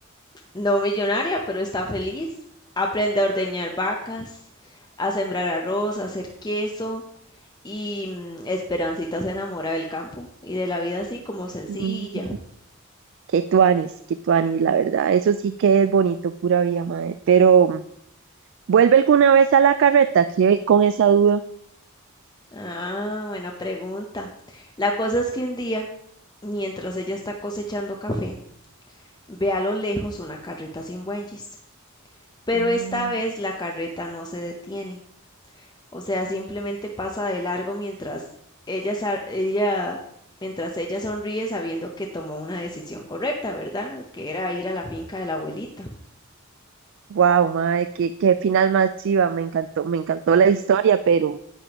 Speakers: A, on the left; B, on the right.
A: No millonaria, pero está feliz. Aprende a ordeñar vacas, a sembrar arroz, a hacer queso y mm, Esperancita se enamora del campo y de la vida así como sencilla.
B: Mm. Qué tuanis, qué tuanis, la verdad. Eso sí que es bonito, pura vida, madre. Pero, mm, ¿vuelve alguna vez a la carreta? Quedé con esa duda.
A: Ah, buena pregunta. La cosa es que un día, mientras ella está cosechando café, ve a lo lejos una carreta sin bueyes, pero
B: Mm.
A: esta vez la carreta no se detiene O sea, simplemente pasa de largo mientras ella, sa- ella, mientras ella sonríe sabiendo que tomó una decisión correcta, ¿verdad? Que era ir a la finca de la abuelita.
B: Wow, madre, qué, qué final más chiva. Me encantó, me encantó la historia, pero